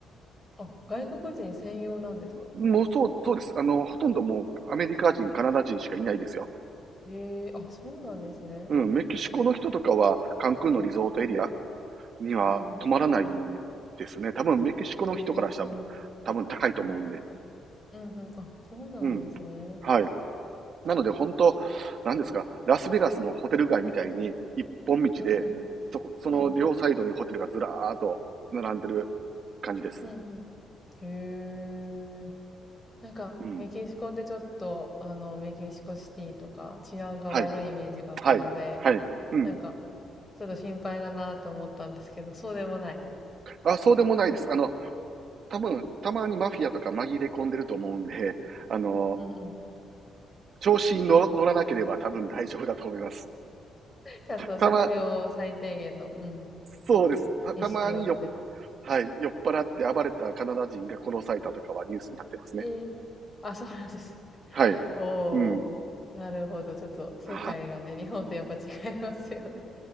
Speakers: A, on the left (about 20°); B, on the right (about 55°).
A: あ、外国人専用なんですか
B: もうそう、そうです。あの、ほとんどもうアメリカ人、カナダ人しかいないですよ。
A: ええあ、そうなんですね。
B: うん、メキシコの人とかは、カンクンのリゾートエリア、
A: うんうん、
B: には止まらない
A: うん
B: ですね。多分メキシコの人からしたら
A: うん、ええ
B: 多分高いと思うんで。
A: うんうん、うんうん、あ、そうなんですね。
B: うん。はい。なので本当、なんですか、ラスベガスのホテル街みたいに一本道で、
A: うんうん、
B: そこ、その両サイドにホテルがずらーっと並んでる
A: うんうん、
B: 感じです。
A: うんうん。へえ。なんか、
B: うん。
A: メキシコってちょっと、あの、メキシコシティとか治安が悪いイメージがあったので、
B: はい。はい。はい。うん。
A: なんか、ちょっと心配だなと思ったんですけど、そうでもない
B: あ、そうでもないです。
A: ですね。
B: あの、多分、たまにマフィアとか紛れ込んでると思うんで、あの、
A: うんうん。
B: 調子に乗乗らなければ多分大丈夫だと思います。
A: ちゃんと必要最低限の、
B: たま、
A: うんう
B: そうです。た、たまによっはい。
A: ん、意識を持てば。
B: 酔っ払って暴れたカナダ人が殺されたとかはニュースになってますね。
A: ええあ、そうなんです。
B: はい。
A: おー、
B: うん。
A: なるほど。ちょっと世界がね、
B: あ、
A: 日本とやっぱ違いますよね。